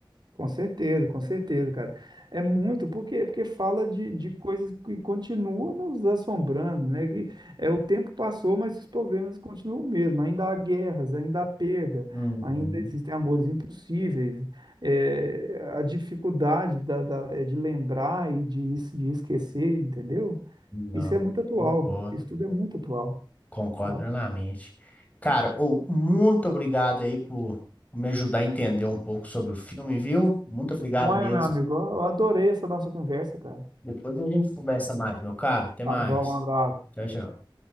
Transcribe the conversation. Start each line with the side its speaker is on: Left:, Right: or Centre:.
Right: Com certeza, com certeza, cara. É muito, porque porque fala de, de coisas que continuam nos assombrando, né? Que é o tempo passou, mas os problemas continuam o mesmo. Ainda há guerras, ainda há perda,
Left: Uhum.
Right: ainda existem amores impossíveis. É, a dificuldade da, da- é de lembrar e de, es- de esquecer, entendeu?
Left: Não,
Right: Isso é muito atual.
Left: concordo,
Right: Isso tudo é muito atual,
Left: concordo
Right: tá?
Left: plenamente. Cara, ô, muito obrigado aí por me ajudar a entender um pouco sobre o filme, viu? Muito obrigado
Right: Bom, é,
Left: mesmo.
Right: meu amigo, eu adorei essa nossa conversa, cara.
Left: Depois a gente conversa mais, meu caro. Até mais.
Right: Tá bom, um abraço.
Left: Tchau, tchau.